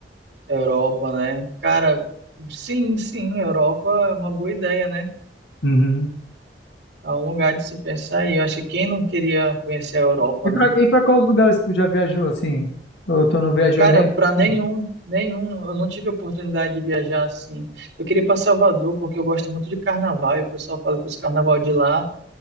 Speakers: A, on the right; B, on the left.
A: Europa, né? Cara, sim, sim, Europa é uma boa ideia, né?
B: Uhum.
A: É um lugar de se pensar e eu acho que quem não queria conhecer a Europa,
B: E
A: né?
B: para e para quais lugares que tu já viajou assim? Ou tu não viajou
A: Cara,
B: nem
A: para
B: para nenhuma?
A: nenhum, nenhum, eu não tive a oportunidade de viajar assim. Eu queria ir para Salvador porque eu gosto muito de carnaval e o pessoal fala que os carnaval de lá